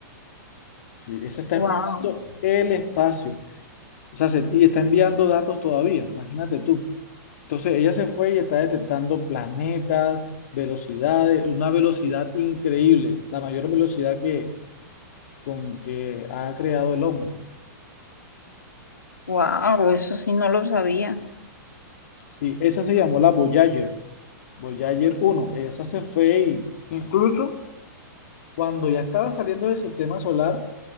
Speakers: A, on the left (about 50°); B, on the left (about 75°).
A: Sí, esa está
B: Wow,
A: explorando el espacio. O sea, se- y está enviando datos todavía, imagínate tú. Entonces, ella se fue y está detectando planetas, velocidades, una velocidad increíble, la mayor velocidad que, con que ha creado el hombre.
B: wow, eso sí no lo sabía.
A: Sí, esa se llamó la Voyager, Voyager uno. Esa se fue y incluso cuando ya estaba saliendo del sistema solar,